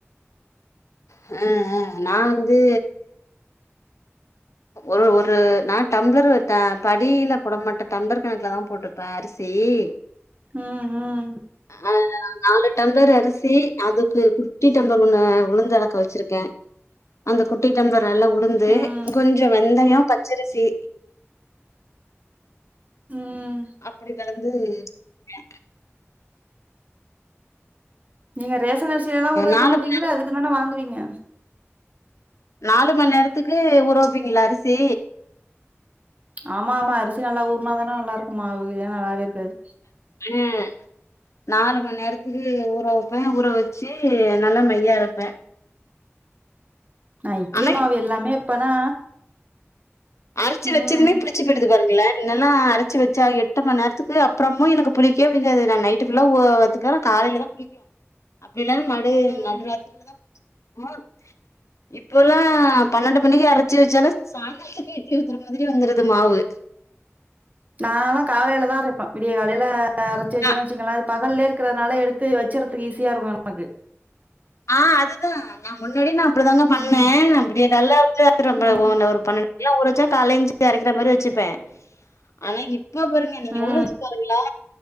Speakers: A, on the left; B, on the right.
A: ஹ்ஹு நா வந்து ஒரு ஒரு நா டம்ளர்ட்ட படியில போட மாட்ட டம்ளர் கணக்குல தா போட்டுப்பே அரிசி இ
B: ம் ம்
A: அஹ் நாலு டம்ளர் அரிசி அதுக்கு குட்டி டம்ளர் ஒண்ணு உளுந்தள க வச்சிருக்கே அந்த குட்டிடம்ளரால உளுந்து
B: ம்
A: கொஞ்சோ வெந்தயோ பச்சரிசி
B: ம்
A: அப்படி களந்து <inaudible>
B: நீங்க ரேஷன் அரிசியெல்லா ஊரவெக்க
A: நாலு
B: மாட்டீங்ளா
A: மணி
B: அதுக்கு தானே வாங்குவீங்க
A: நாலு மணா நேரத்துக்கு ஊர வப்பீங்ளா அரிசி
B: ஆமா ஆமா அரிசி நல்லா ஊர்னா தானே நல்லா இருக்குமாவு ல்லனா நல்லாவே இருக்காது
A: ஹ்ஹே நாலு மண் நேரத்துக்கு ஊற வப்பே ஊற வெச்சு நல்லா மையா அரப்பே
B: நா இட்லி
A: ஆனா
B: மாவு எல்லாமே எப்பனா
A: அரச்சி
B: ம்
A: வெச்சதுமே புளிச்சு போயிடுது வருங்களல்லே முன்னெல்லா அரச்சு வெச்சா எட்டு மண் நேரத்துக்கு அப்பறமும் எனக்கு புளிக்கே புடிக்காது நா நைட்டு புல்லா உ வச் க்கான காலைல தா புளிக்கு அப்டிஇல்லன்னா நடு
B: ம்
A: நடுராத்திரிலதா ம் இப்பெல்லா பன்னெண்டு மணிக்கு அரைச்சி வச்சாலு சாய்ங்காலதுக்கே இட்லி ஊத்துற மாதிரி வந்துருது மாவு
B: நா ல்லா காலேல தா அரைப்பே விடிய காலேல அரைச்சி வச்சேன்னு
A: அ
B: வச்சுங்களே பகல்லயே இருக்குறதுனால எடுத்து வச்சிறதுக்கு ஈஸியா இருக்கு நமக்கு
A: ஆ அதுதா நா முன்னாடி நா அப்டிதாங்க பண்ணே
B: ம்
A: நா அப்படிய நல்லா அரச்சி எடுத்துட்டு வந்துருவே
B: ம்
A: ஒரு பன்னண் நல்லா ஊற வச்சா காலேல எஞ்சி போய் அரைக்கிற மாரி வச்சிப்பே ஆனா இப்ப பாருங்க நீங்க
B: ம்
A: ஊற வச்சி பாருங்களே